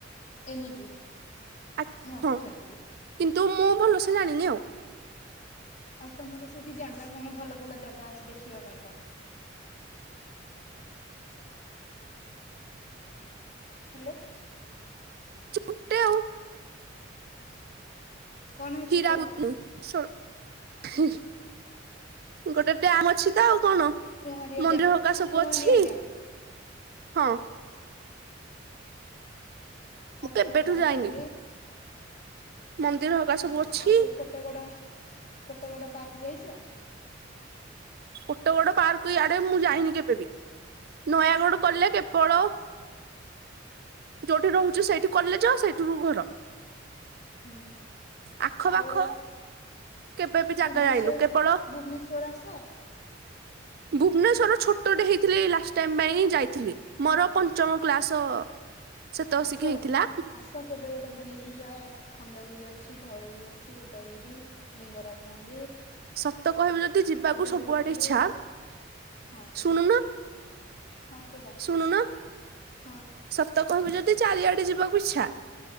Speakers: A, on the left (about 40°); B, on the right (about 55°).
A: ଏନ ବିି ନୂଆ
B: ଆ ହଁ
A: ଶିକ୍ଷା ନୀତି।
B: କିନ୍ତୁ ମୁଁ ଭଲସେ ଜାଣିନି ଆଉ।
A: ଆଉ ତମର ସେଇଠି ଜାଗା କଣ ଭଲ ଭଲ ଜାଗା ଅଛି ଦେଖିବା ପାଇଁକା? ହ୍ୟାଲୋ
B: ଆମଟେ ଆଉ
A: କଣ ଅଛି
B: ଚିରାକୁଦ
A: କୁହ?
B: ସ ହିଁ ଗୋଟେ ଡ୍ୟାମ ଅଛି ତ ଆଉ କଣ।
A: କୁଆଁରିଆ
B: ମନ୍ଦିର
A: ଡ୍ୟାମ୍
B: ହେରିକା ସବୁ
A: କୁଆଁରିଆ
B: ଅଛି
A: ଡ୍ୟାମ୍
B: ହଁ।
A: ଫତେହଗଡ଼
B: ମୁଁ କେବେଠୁ
A: ରାମ
B: ଯାଇନି
A: ମନ୍ଦିର।
B: ମନ୍ଦିର ହକା ସବୁ
A: ହଁ
B: ଅଛି
A: ଆଉ କୋଟଗଡ଼ କୋଟଗଡ଼ ପାର୍କ ଯାଇଛ?
B: ଗୋଟେ ବଡ ପାର୍କ ଇଆଡେ ମୁଁ ଯାଇନି କେବେ ବିି। ନୟାଗଡ କଲେ କେବଳ ଯୋଉଠି ରହୁଛି ସେଇଠି କଲେଜ ସେଇଠୁରୁ ଘର।
A: ହୁଁ
B: ଆଖ
A: ଆଉ
B: ପାଖ କେବେ ବି
A: ଭୁବନେଶ୍ୱର
B: ଜାଗା ଯାଇନୁ କେବଳ
A: ଭୁବନେଶ୍ୱର ଆସ?
B: ଭୁବନେଶ୍ୱର ଛୋଟଟେ ହେଇଥିଲି ଏଇ ଲାଷ୍ଟ ଟାଇମ୍ ପାଇଁ ହିଁ ଯାଇଥିଲି। ମୋର ପଞ୍ଚମ କ୍ଲାସ ସେତକ
A: ଆସ
B: ଶିଖି ହେଇଥିଲା
A: ଆସ ତ କେବେ ଗୋଟେ ବୁଲିକି ଯାଅ ଖଣ୍ଡଗିରି ଅଛି। ଧଉଳି ଅଛି ଉଦୟଗିରି ଲିଙ୍ଗରାଜ ମନ୍ଦିର।
B: ସତ କହିବି ଯଦି ଯିବାକୁ
A: ରାଜାରାଣୀ
B: ସବୁଆଡେ
A: ମନ୍ଦିର
B: ଇଚ୍ଛା।
A: ହଁ
B: ଶୁଣୁନ?
A: ହଁ କୁହ
B: ଶୁଣୁନ?
A: ହଁ
B: ସତ କହିବି ଯଦି ଚାରିଆଡେ ଯିବାକୁ ଇଚ୍ଛା।